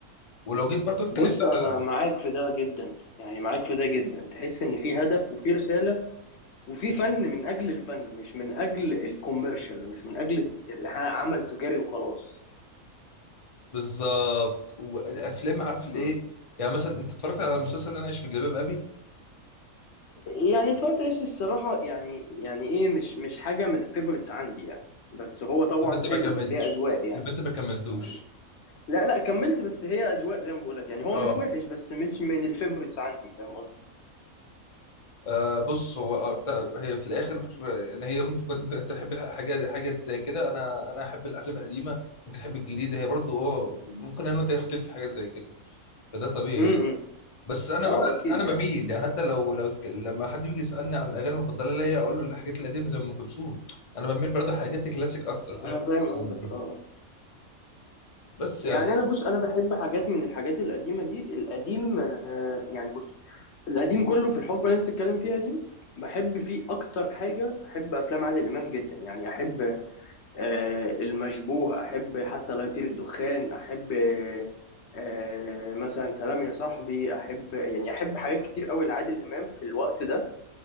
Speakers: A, on the left; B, on the left.
A: ولو جيت برضو اتكلمت
B: بص
A: على
B: انا معاك في ده جدا يعني معاك في ده جدا تحس ان في هدف وفي رسالة وفي فن من اجل الفن مش من اجل الكوميرشال مش من اجل اللي ها- عمل تجاري وخلاص
A: بالظبط وافلام عارف الايه
B: مم.
A: يعني مثلا انت اتفرجت على المسلسل اللي انا عايش في جلباب ابي
B: يعني اتفرجت ايش الصراحة يعني يعني ايه مش مش حاجة من الفيفورتس عندي يعني بس هو طبعا
A: يبقى انت
B: حلو
A: ما كملتش
B: بس هي اذواق يعني
A: يبقى انت ما كملتوش
B: يعني لا لا كملت بس هي اذواق زي ما بقول لك يعني هو
A: اه
B: مش وحش بس مش من الفيفورتس عندي فاهم قصدي؟
A: آه بص هو آه، ت- هي في الاخر يعني هي ممكن تكون انت أنت تحب حاجات حاجات زي كده انا انا احب الافلام القديمه انت تحب الجديده هي برضو اه ممكن انا وانت نختلف في حاجات زي كده فده طبيعي
B: امم
A: يعني بس انا
B: اه
A: ب...
B: اكيد
A: انا بميل
B: يعني
A: يعني حتى لو لو اتك- لما حد بيجي يسالني عن الاغاني المفضله ليا اقول له الحاجات القديمه زي ام كلثوم انا بميل برضو حاجات الكلاسيك اكتر فاهم
B: انا
A: الحاجات
B: فاهم
A: القديمة
B: قصدك
A: دي.
B: اه
A: بس
B: يعني
A: يعني
B: انا بص انا بحب حاجات من الحاجات القديمه دي القديم آه، يعني بص القديم كله في الحقبه اللي انت بتتكلم فيها دي بحب فيه اكتر حاجه احب افلام عادل امام جدا يعني احب آه، المشبوه احب حتى لا يطير الدخان احب آه، آه، مثلا سلام يا صاحبي احب يعني احب حاجات كتير قوي لعادل امام في الوقت ده